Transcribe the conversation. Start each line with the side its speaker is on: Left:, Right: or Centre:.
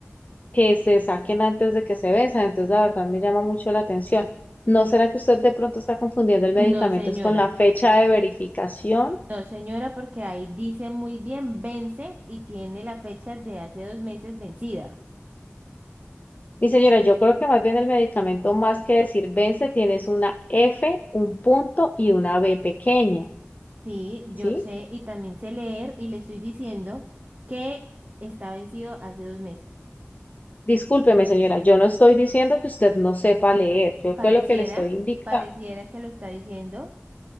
Left: que se saquen antes de que se venzan. Entonces, la verdad me llama mucho la atención. ¿No será que usted de pronto está confundiendo el medicamento
Right: No, señora.
Left: es con la fecha de verificación?
Right: No, señora, porque ahí dice muy bien, vence y tiene la fecha de hace dos meses vencida.
Left: Mi señora, yo creo que más bien el medicamento, más que decir vence, tienes una F, un punto y una B pequeña,
Right: Sí, yo
Left: ¿sí?
Right: sé y también sé leer y le estoy diciendo que está vencido hace dos meses.
Left: Discúlpeme, señora, yo no estoy diciendo que usted no sepa leer. Yo
Right: Pareciera,
Left: con lo que le estoy indicando.
Right: pareciera que lo está diciendo.